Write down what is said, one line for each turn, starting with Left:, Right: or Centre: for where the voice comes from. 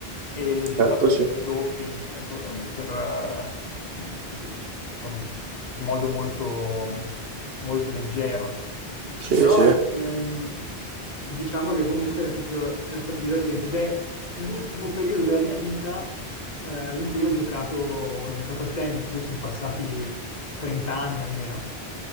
Left: e giocavamo
Right: Certo, sì.
Left: ai doppi eh, per, eh, così, insomma, in modo molto, molto leggero.
Right: Sì,
Left: Però
Right: sì.
Left: ehm, diciamo che comunque era stato, era stato divertente ed è l'ultimo periodo della mia vita eh, in cui ho giocato, ho giocato a tennis, per cui sono passati 30 anni almeno.